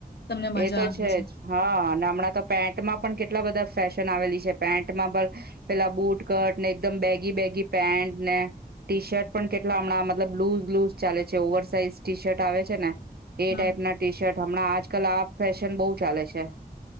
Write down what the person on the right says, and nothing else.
એ તો
છે જ હા અને હમણાં તો પેન્ટમાં પણ કેટલા બધા ફેશન આવેલી છે પેન્ટમાં પણ પેલા બુટ કટ ને એકદમ બેગી બેગી પેન્ટ ને ટી શર્ટ પણ કેટલા હમણાં મતલબ લુઝ લુઝ ચાલે છે ઓવર સાઇઝ ટી શર્ટ આવે છે ને એ
ટાઈપ ના ટી શર્ટ હમણાં આજ કલા ફેશન બહુ ચાલે છે